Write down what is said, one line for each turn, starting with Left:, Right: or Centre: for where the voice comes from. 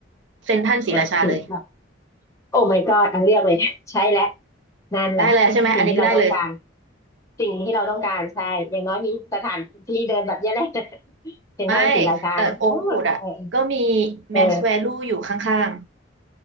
Right: เซ็นทรัลศรีราชาเลย
Left: อ่ะ โอ้ my god อันเลือกเลย <laughs> ใช่แล้วนั่นแหละสิ่งที่เราต้องการ
Right: ได้เลยใช่ไหมอันนี้ก็ได้เลย
Left: สิ่งที่เราต้องการใช่อย่างน้อยมีสถานที่เดินแบบเนี้ยแหละ <laughs> เซ็นทรัลศรีราชานะโอ้เออ
Right: ไม่แต่โอ๊กวูดอ่ะก็มี
Left: เออ
Right: Max Value อยู่ข้าง